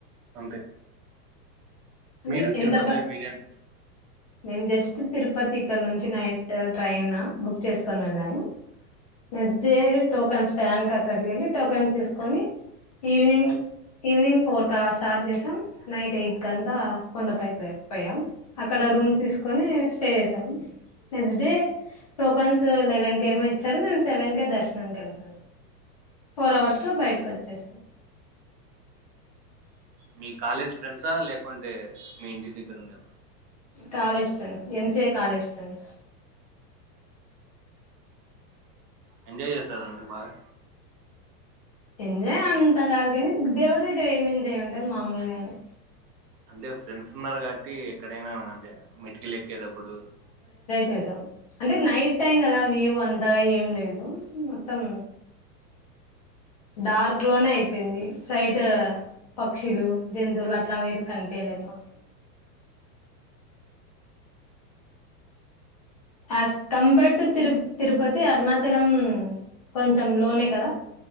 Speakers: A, on the right (about 70°); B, on the left (about 25°).
A: అంతే
B: అంటే
A: మీరు తిరుపతి
B: ఎంత బ
A: లో ఏమీ తిరిగారు
B: మేము జస్ట్ తిరుపతి ఇక్కడ నుంచి నైట్ ట్రైన్ బుక్ చేసుకని వెళ్ళాము నెక్స్ట్ డే టోకన్ స్టాన్ క అక్కడికి వెళ్ళి టోకన్ తీసుకొని ఈవినింగ్ ఈవినింగ్ ఫోర్ కలా స్టార్ట్ చేసాం నైట్ ఎయిట్ క అంతా కొండపైకి పోయాం అక్కడ రూమ్స్ తీసుకొని స్టే చేసాము నెక్స్ట్ డే టోకన్స్ లెవెన్ క ఏమో ఇచ్చారు మేము సెవెన్ కె దర్శనానికి వెళ్తాము ఫోర్ అవర్స్లో
A: ఓకే
B: బయటకు వచ్చేసాం
A: మీ కాలేజ్ ఫ్రెండ్సా లేకుంటే మీ ఇంటి దగ్గర ఉండేవ
B: college friends MCA college friends
A: enjoy చేస్తారు మరి బాగా
B: ఎంజాయ్ అంత కాదు కానీ దేవుడి దగ్గర ఏమి ఎంజాయ్ ఉంటంది మామూలుగాని
A: అంటే ఫ్రెండ్స్ ఉన్నారు కాబట్టి ఎక్కడైనా అంటే మెటికల్ ఎక్కేటప్పుడు
B: చేసావ్ అంటే నైట్ టైం కదా వ్యూ అంతగా ఏం లేదు మొత్తం డార్క్ లోనే అయిపోయింది సైడ్ పక్షులు జంతువులు అట్లావేం కనిపయలేదు మాకు అస్ కంపేర్ టు తిరు తిరుపతి అరుణాచలం కొంచెం లోనే కదా